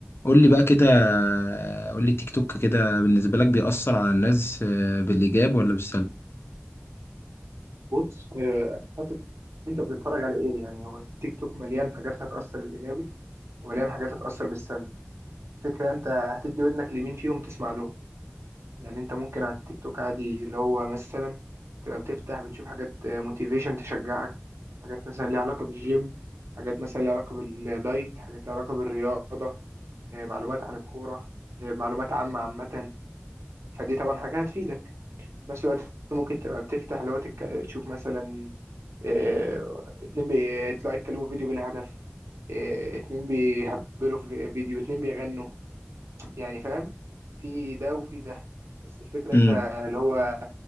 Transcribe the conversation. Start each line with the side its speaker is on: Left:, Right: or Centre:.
Left: قول لي بقى كده قول لي التيك توك كده بالنسبة لك بيأثر على الناس آه، بالإيجاب ولا بالسلب؟
Right: بص آه، حسب انت بتتفرج على ايه يعني هو التيك توك مليان حاجات هتأثر بالإيجابي ومليان حاجات هتأثر بالسلب فكرة انت هتدي ودنك لمين فيهم تسمع لهم يعني انت ممكن على التيك توك عادي اللي هو مثلا تبقى بتفتح بتشوف حاجات موتيفيشن تشجعك حاجات مثلا ليها علاقة بالجيم حاجات مثلا ليها علاقة بالدايت حاجات ليها علاقة بالرياضة آه، معلومات عن الكورة آه، معلومات عامة عامة فدي طبعا حاجة هتفيدك في نفس الوقت ممكن تبقى بتفتح اللي هو تك... تشوف مثلا آه، اتنين بيطلعوا يتكلموا فيديو بلا هدف آه، اتنين بيهبلوا في فيديو اتنين بيغنوا يعني فاهم في ده وفي ده بس الفكرة انت
Left: امم
Right: اللي هو